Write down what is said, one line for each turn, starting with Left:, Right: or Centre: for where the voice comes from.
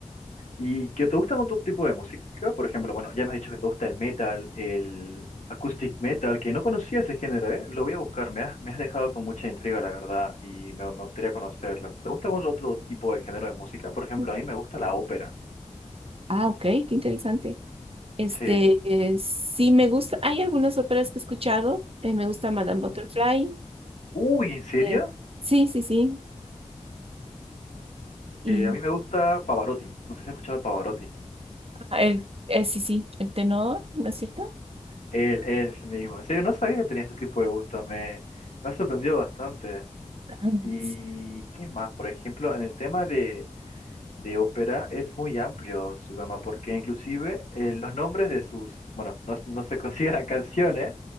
Left: ¿Y que te gustan otro tipo de música? Por ejemplo, bueno, ya me has dicho que te gusta el metal, el acoustic metal, que no conocía ese género, ¿eh? Lo voy a buscar, me has, me has dejado con mucha intriga, la verdad, y me, me gustaría conocerlo. ¿Te gusta algún otro tipo de género de música? Por ejemplo,
Right: ujú.
Left: a mí me gusta la ópera.
Right: Ah, ok, qué interesante. Este,
Left: Sí.
Right: eh, sí me gusta. Hay algunas óperas que he escuchado. eh, me gusta Madame
Left: Ujú.
Right: Butterfly.
Left: Uy, ¿en serio?
Right: eh, sí, sí, sí. Y
Left: Eh, a mí me gusta Pavarotti. No sé si has escuchado de Pavarotti.
Right: ah, el, el- sí, sí, el tenor, ¿no es cierto?
Left: Él es mismo. En serio, no sabía que tenía este tipo de gustos. Me, me ha sorprendido bastante.
Right: Ajá,
Left: ¿Y
Right: Sí.
Left: qué más? Por ejemplo, en el tema de, de ópera es muy amplio su gama, porque inclusive eh, los nombres de sus, bueno, no, no se <laughs> consideran canciones,